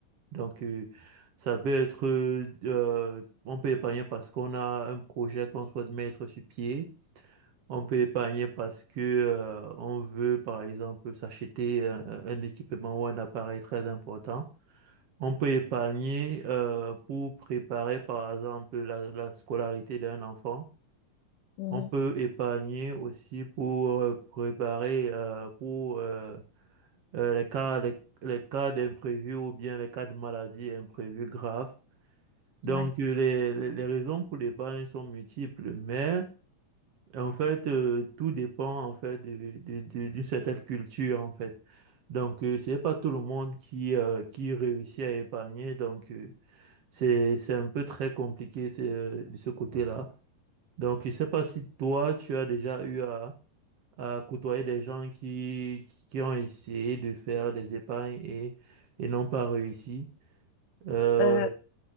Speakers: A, on the right; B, on the left.
A: Donc, euh, ça peut être, euh, on peut épargner parce qu'on a un projet qu'on souhaite mettre sur pied. On peut épargner parce que, euh, on veut, par exemple, s'acheter un, un équipement ou un appareil très important. On peut épargner, euh, pour préparer, par exemple, la la scolarité d'un enfant.
B: Mhm.
A: On peut épargner aussi pour euh, préparer euh, pour euh, euh, les cas les, les cas d'imprévus ou bien les cas de maladie imprévus graves. Donc
B: Ouais.
A: euh, les, les les raisons pour l'épargne sont multiples, mais en fait euh, tout dépend en fait de, de, de- d'une certaine culture en fait. Donc euh, c'est pas tout le monde qui euh, qui réussit à épargner, donc euh, c'est c'est un peu très compliqué c'est, euh, de ce côté-là. Donc je sais pas si toi tu as déjà eu à à côtoyer des gens qui, qui ont essayé de faire des épargnes et, et n'ont pas réussi. Euh,
B: Euh,